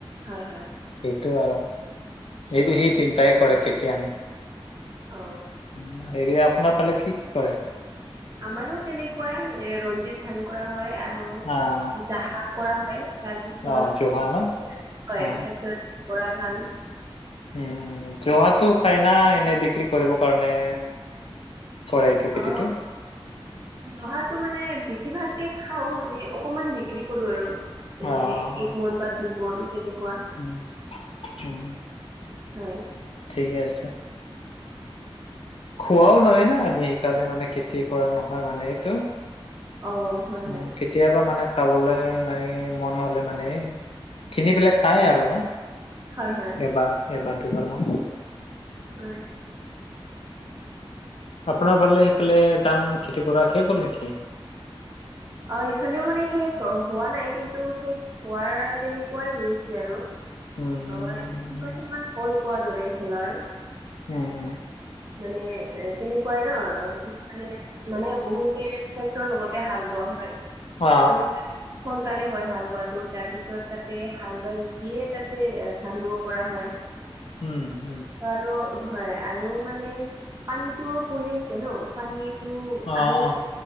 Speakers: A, on the right; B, on the left.
A: হয় হয়।
B: সেইটো আৰু সে-সেই
A: হয়
B: তিনটাই কৰে কেতিয়া আমি
A: অ।
B: উ হেৰি আপোনাৰ পালে কি কি কৰে?
A: আমাৰো তেনেকুৱা মানে ৰঞ্জিত ধান কৰা হয়, আ আৰু
B: আহ
A: দাহ কৰা হয়। তাৰপিছত,
B: অ জহা ন
A: হয়
B: অ
A: তাৰপিছত বৰা ধান
B: উম, জহাটো
A: হয়।
B: খায় না এনেই বিক্ৰী কৰিবৰ কাৰণে। কৰে এইটো খেতিটো
A: আও। জহাটো মানে বেছিভাগকে খাও মানে অকমান বিক্ৰী কৰো আৰু। যেনে
B: অ অ
A: এক মন বা দুই মন তেনেকুৱা।
B: উম উম
A: হয়।
B: ঠিকে আছে। খোৱাও নহয় না আমি সেইকাৰণে মানে খেতি কৰা নহয় মানে এইটো।
A: অ হয়,
B: উম
A: হয়
B: কেতিয়াবা মানে খাবলে মানে মন হ'লে মানে কিনি পেলাই খায় আৰু।
A: হয় হয়
B: এবাৰ এবাৰ দুবাৰ মান।
A: হয়।
B: আপোনাৰ ফালে সেইফালে ধান খেতি কৰা শেষ হ'ল নেকি?
A: অ ইফালেও মানে শেষ হোৱা নাই, কিন্তু শেষ হোৱাৰ তেনেকুৱাই হৈ আছে আৰু। অ
B: উম,
A: এইটটি পাৰ্চেন্ট মান হ'ল কোৱা দৰে এইফালৰ।
B: উম।
A: মানে এ তেনেকুৱাই ন কিছুমানে মানে বহুতে ট্ৰেক্টৰৰ লগতে হাল বোৱা হয়।
B: অ, অ।
A: ত সোনকালে হয় হাল বোৱাটো, তাৰ পিছত তাতে হাল বাই উঠিয়ে তাতে ধান ৰুব পৰা হয়। <inaudible>
B: উম, উম।
A: ত আৰু হয় আৰু মানে পানীটোও পৰি আছে ন। পানীটো
B: অ',
A: আৰু
B: অ',